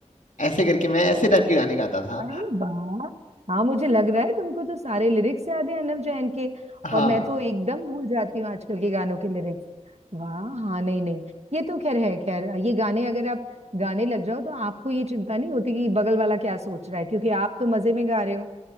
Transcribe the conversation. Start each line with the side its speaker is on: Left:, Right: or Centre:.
Left: ऐसे करके मैं ऐसे टाइप के गाने गाता था
Right: अरे वाह हाँ मुझे लग रहा है तुमको तो सारे लिरिक्स याद है अनव जैन के
Left: हाँ
Right: और मैं तो एकदम भूल जाती हूँ आजकल के गानों के लिरिक्स वाह हाँ नहीं नहीं ये तो खैर है खैर ये गाने अगर आप गाने लग जाओ तो आपको ये चिंता नहीं होती कि बगल वाला क्या सोच रहा है क्योंकि आप तो मजे में गा रहे हो